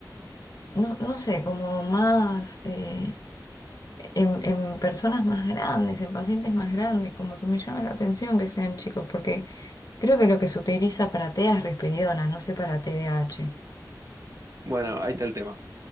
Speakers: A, on the left (about 55°); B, on the right (about 45°).
A: no, no sé, como más... eh, en, en personas más grandes, en pacientes más grandes, como que me llama la atención que sean chicos, porque creo que lo que se utiliza para TEA es risperidona, no sé para TDAH.
B: Bueno, ahí está el tema.